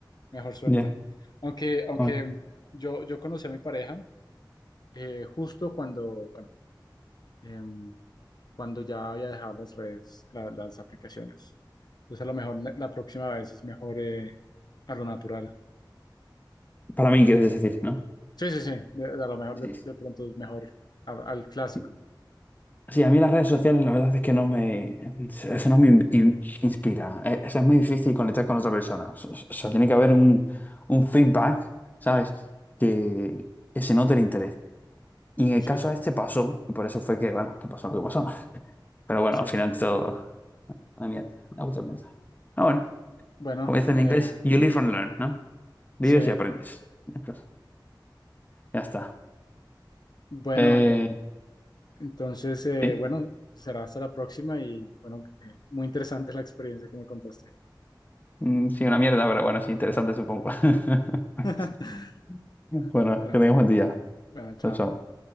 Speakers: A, on the left (about 60°); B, on the left (about 20°).
A: mejor suerte.
B: Ya.
A: Aunque, aunque
B: Vamos.
A: yo, yo conocí a mi pareja eh, justo cuando, bueno, em, cuando ya había dejado las redes, la- las aplicaciones. Entonces a lo mejor ne- la próxima vez es mejor eh, a lo natural.
B: Para mí, quieres decir, ¿no?
A: Sí, sí, sí, de- a lo mejor
B: Sí.
A: de, de pronto es mejor a- al clásico.
B: Sí, Sí, a mí las redes sociales la verdad es que no me... eh, Eso no me in- in- inspira. Eh, O sea, es muy difícil conectar con otra persona. O sea, o sea, tiene que haber un, un feedback, ¿sabes? Que, que se note el interés. Y en el
A: Sí,
B: caso
A: sí,
B: este pasó, y por eso fue que, bueno, que pasó lo que pasó. <laughs> Pero bueno,
A: sí,
B: al final
A: claro.
B: todo... Una mierda, una puta mierda. Ah, bueno.
A: Bueno,
B: Como dice en
A: eh,
B: inglés, you live and learn, ¿no? Vives
A: sí,
B: y aprendes. Entonces, Ya está.
A: bueno.
B: Eh,
A: Entonces, eh,
B: sí,
A: bueno, será hasta la próxima y bueno, eh, muy interesante la experiencia que me contaste.
B: Mm, sí, una mierda, pero bueno, es interesante, supongo. <laughs>
A: <laughs>
B: Bueno,
A: Bueno,
B: que tengas buen día.
A: bueno, chao.
B: Chao, chao.